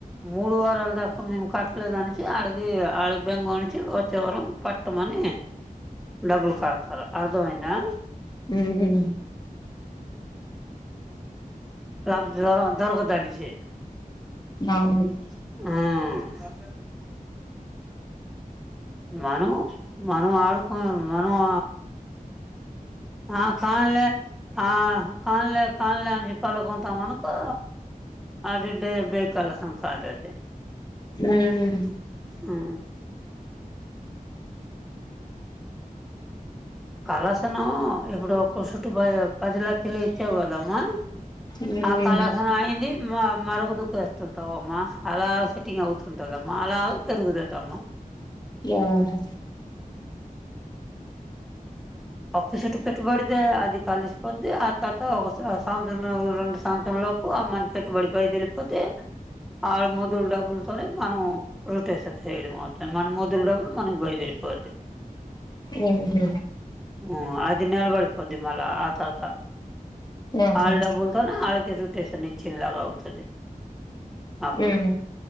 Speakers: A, in the centre; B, on the left (about 30°).
A: మూడు వారాల దాకా మేము కట్టలేదు అనేసి ఆడిది ఆడి బెంగ అని వచ్చే వారం పట్ట ఉత్తమని డబ్బులు కడుతారు అర్థమైందా
B: ఊహమ్
A: లా వ్ అంత దూరు దొరకదండి చైన్
B: మ ఊరి
A: మాయ ఆహ్ <inaudible> మనం మనం ఆడుకోం మనము ఆ కాల్లే ఆ కన్లే కన్లే అనిసి పల్కుంటామనకు అ దిడ్డే బల సంకాల అది
B: ఉమ్
A: హా కలశ నుఇప్పుడు ఒక్క చుట్టుూ పది లక్షలు ఇచ్చావు కదమ్మా
B: మ్మ్
A: ఆ కళశన అయింది మా మరొ దుక్కు వస్తుంటావు అమ్మా అలా సెట్టింగ్ అవుతుంటదమ్మా అలా తిరుగుతదమ్మా
B: ఎవరో
A: ఒక్క చెుట్టు పెట్టుబడితే అది కలిసిపోద్ది ఆ తర్వాత ఒక సంవత్సరం రెండు సంవత్సరం లోపు మన పెట్టుబడి బయదళపోతే ఆ మొదులు డబ్బులతో మనం రొటేషన్ చేయడం అవుతుం మన మొదులు డబ్బులు మనకు బయదేరిపోద్ది
B: ఊహుమ్
A: ఆ అది నిలబడిపోద్ది మళ అ తరువాత
B: ఆహా
A: హోల్డ్ బోల్తా హల్క్ రోటీ తేసని చిల్లరవుతది అప్పుడు
B: మ్మ్